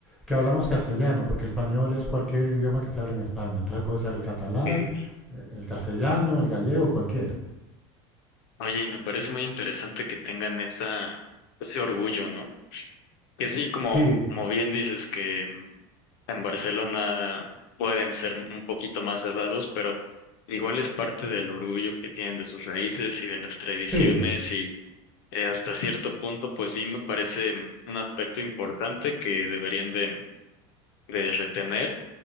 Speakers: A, in the centre; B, on the left (about 65°).
A: que hablamos castellano, porque español es cualquier idioma que se habla en España, entonces puede ser el catalán,
B: Y,
A: eh, el castellano, el gallego, cualquiera.
B: oye, y me parece muy interesante que tengan esa, ese orgullo, ¿no? Que sí, como,
A: Sí,
B: como bien dices, que mm, en Barcelona pueden ser un poquito más cerrados, pero igual es parte del orgullo que tienen de sus raíces y de las tradiciones
A: sí,
B: eh, hasta cierto punto, pues sí me parece un aspecto importante que deberían de, de retener